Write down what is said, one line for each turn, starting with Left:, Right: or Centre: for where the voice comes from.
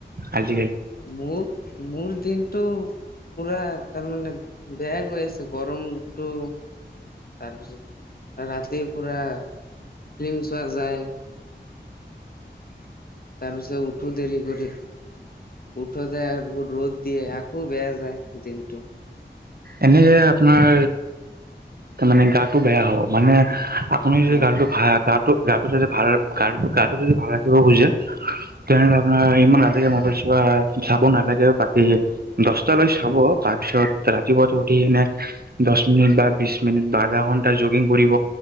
Right: আজি।
Left: মোৰ মোৰ দিনটো পুৰা তাৰমানে। বেয়া গৈ আছে গৰমটো তাৰপিছত ৰাতি পূৰা। ফিল্ম চোৱা যায়। তাৰপিছত উঠো দেৰি কৰি উঠোতে ৰ'দ দিয়ে আকৌ বেয়া যায় দিনটো।
Right: এনে যে আপোনাৰ তাৰ মানে গাটো বেয়া হ'ব মানে। আপুনি যদি
Left: অ',
Right: গাটো ভা গাটো গাটো যদি ভাল গাটো গাটো যদি ভাল ৰাখিব খুজে তেনেহলে আপোনাৰ ইমান ৰাতিলৈকে মোবাইল চোৱা চাব নালাগে। বাকী দহটালৈ চাব তাৰপিছত ৰাতি ত উঠি এনে দহ মিনিট বা বিছ মিনিট বা আধা ঘন্টা জগিং কৰিব